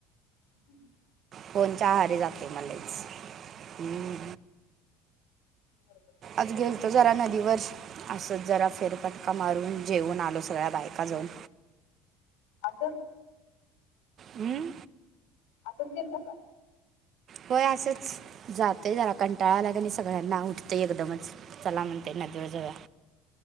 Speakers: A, on the left; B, on the right.
A: हम्म <inaudible>
B: फोनच्या आहारीे जाते मलाच हम्म.
A: बरोबर.
B: आज गेल तरो जरा नदीवर असत जरा फेरपट. का मारून जेवन आलो सगळ्या बायकाजऊन.
A: असंच.
B: हमं.
A: असंच गेलता का?
B: होय असंच जातय जरा कंटाळाआला आणि सगळ्यांना उठतंय एकदमच. चालम्हणते ना जोर जोया.